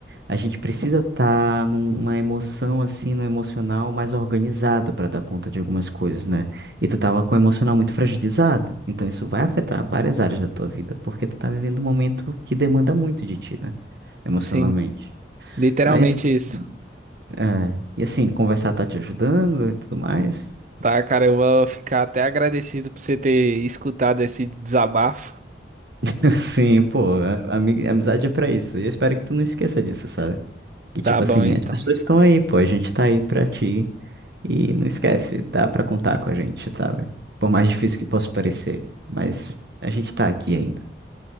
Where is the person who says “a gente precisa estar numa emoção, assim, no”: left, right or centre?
Right